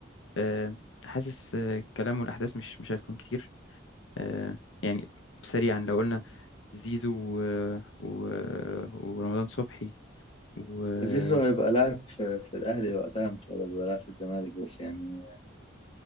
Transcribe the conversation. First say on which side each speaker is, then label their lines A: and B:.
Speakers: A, on the left (about 80°); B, on the left (about 30°).
A: آه، حاسس آه، الكلام والأحداث مش مش هتكون كتير آه، يعني سريعا لو قلنا زيزو و... و... ورمضان صبحي وماشي
B: زيزو هيبقى لاعب في, في الأهلي وقتها مش هيبقى لاعب في الزمالك بس يعني